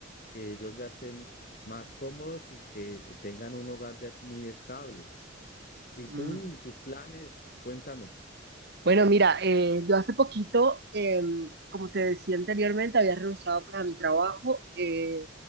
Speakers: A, on the left; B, on the right.
A: que ellos ya estén más cómodos y que tengan un hogar ya es muy estable. ¿Y
B: Mm,
A: tú y tus planes? Cuéntame.
B: Bueno, mira, eh, yo hace poquito, eh, como te decía anteriormente, había renunciado pues a mi trabajo, eh,